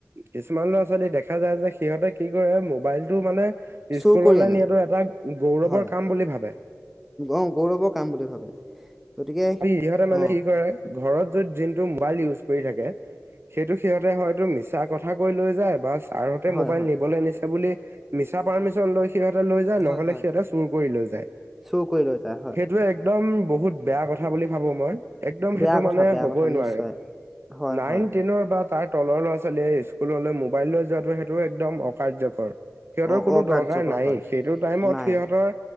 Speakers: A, on the right (about 45°); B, in the centre.
A: কিছুমান ল'ৰা-ছোৱালী দেখা যায় যে সিহঁতে কি কৰে মোবাইলটো মানে
B: চুৰ
A: স্কুললে
B: কৰি আনে
A: নিয়াটো লাক গৌৰৱৰ
B: হয়
A: কাম বুলি ভাবে।
B: অ' গৌৰৱৰ কাম বুলি ভাবে। গতিকে
A: সিহঁতে মানে
B: অ
A: কি কৰে ঘৰত য'ত দিনটো মোবাইল ইউজ কৰি থাকে, সেইটো সিহঁতে হয় টো মিছা কথা কৈ লৈ যায়, বা ছাৰহ'তে
B: হয়
A: মোবাইল
B: হয়
A: নিবলৈ দিছে বুলি মিছা পাৰ্মিশ্যন লৈ সিহঁতে লৈ যায়,
B: হয়
A: নহ'লে
B: হয়
A: সিহতে চুৰ কৰি লৈ যায়।
B: চুৰ কৰি লৈ যায় হয়
A: সেইটোৱে একদম বহুত বেয়া কথা। হোৱা বুলি ভাবো মই, একদম সেইটো
B: বেয়া কথা
A: মানে
B: বেয়া
A: হবই
B: কথা
A: নোৱাৰে।
B: নিশ্চয় হয়
A: নাইন
B: হয়
A: টেইনৰ বা যাক তলৰ ল'ৰা ছোৱালীয়ে স্কুললৈ মোবাইল লৈ যোৱাটো সেইটোও একদম অ কাৰ্যকৰ। সিহঁতৰ
B: অ
A: কোনো
B: অকাৰ্যকৰ
A: দৰকাৰ নাইয়েই,
B: হয়
A: সেইটো টাইমত
B: নাই
A: সিহঁতৰ